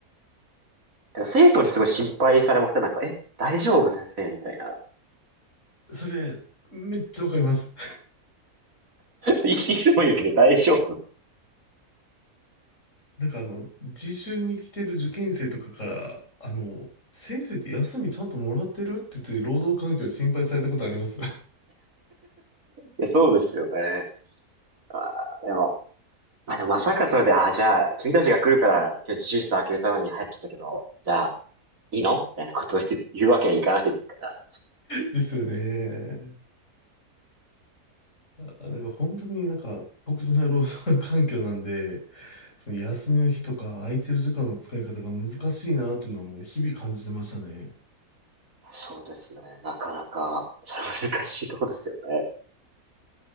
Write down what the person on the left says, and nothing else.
それ、めっちゃわかります。
なんかあの、自習に来てる受験生とかから、あの、先生って休みちゃんともらってるって言って、労働環境心配されたことあります。
ですよね。あ、なんか本当になんか特殊な労働環境なんで、その休みの日とか空いてる時間の使い方が難しいなっていうのはもう日々感じてましたね。